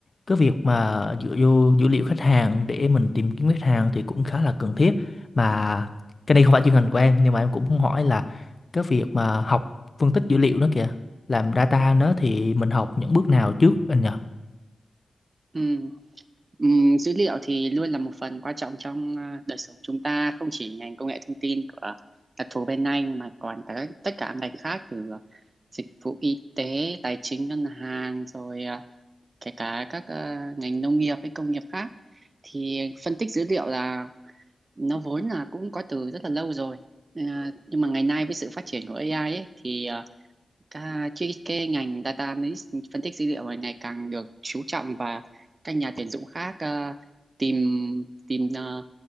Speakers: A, on the left; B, on the right.
A: cái việc mà dựa vô dữ liệu khách hàng để mình tìm kiếm khách hàng thì cũng khá là cần thiết mà cái này không phải chuyên ngành của em nhưng mà em cũng muốn hỏi là cái việc mà học phân tích dữ liệu đó kìa làm data nó thì mình học những bước nào trước anh nhỉ?
B: Ừ. Ừm, dữ liệu thì luôn là một phần quan trọng trong à, đời sống chúng ta, không chỉ ngành công nghệ thông tin của đặc thù bên anh mà còn cả các- tất cả các ngành khác từ ờ, dịch vụ y tế, tài chính, ngân hàng rồi à, kể cả các à, ngành nông nghiệp hay công nghiệp khác. Thì phân tích dữ liệu là nó vốn là cũng có từ rất là lâu rồi. À, nhưng mà ngày nay với sự phát triển của AI ấy, thì ờ, Cả, chứ cái ngành data analyst phân tích dữ liệu này ngày càng được chú trọng và các nhà tuyển dụng khác ờ, tìm tìm ờ,